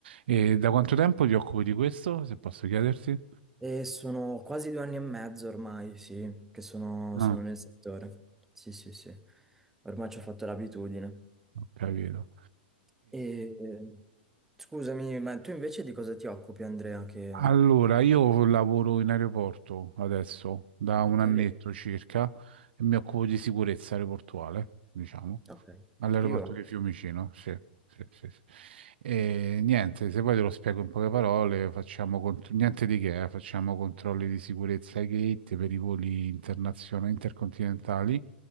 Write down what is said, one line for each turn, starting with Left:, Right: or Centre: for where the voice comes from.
Right: E da quanto tempo ti occupi di questo, se posso chiederti?
Centre: e sono quasi due anni e mezzo ormai, sì, che sono,
Right: Ah,
Centre: sono nel settore. Sì, sì, sì, ormai ci ho fatto l'abitudine.
Right: ho capito.
Centre: E eh, scusami, ma tu invece di cosa ti occupi, Andrea? Che...
Right: Allora, io lavoro in aeroporto adesso da un
Centre: Ok,
Right: annetto circa e mi occupo di sicurezza aeroportuale, diciamo,
Centre: ok,
Right: all'aeroporto
Centre: figo.
Right: di Fiumicino, sì. Sì, sì, sì. E niente, se poi te lo spiego in poche parole, facciamo contro- niente di che, eh, facciamo controlli di sicurezza ai gate per i voli internazionali intercontinentali